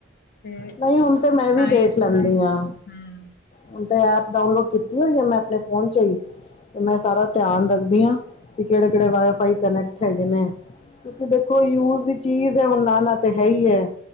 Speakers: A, on the left; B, on the left.
A: ਤੇ
B: ਨਹੀਂ ਹੁਣ ਤੇ ਮੈਂ ਵੀ
A: ਤਾਂ ਹੀ
B: ਦੇਖ ਲੈਂਦੀ ਹਾਂ
A: ਹਮ
B: ਹੁਣ ਤਾਂ ਐਪ ਡਾਊਨਲੋਡ ਕੀਤੀ ਹੋਈ ਆ ਮੈਂ ਆਪਣੇ ਫੋਨ ਚ ਹੀ ਤੇ ਮੈਂ ਸਾਰਾ ਧਿਆਨ ਰੱਖਦੀ ਹਾਂ ਕਿ ਕਿਹੜੇ ਕਿਹੜੇ ਵਾਈਫਾਈ ਕਨੈਕਟ ਹੈਗੇ ਨੇ ਕਿਉਂਕਿ ਦੇਖੋ ਯੂਜ ਦੀ ਚੀਜ਼ ਹੈ ਹੁਣ ਨਾ ਨਾ ਤਾਂ ਹੈ ਹੀ ਹੈ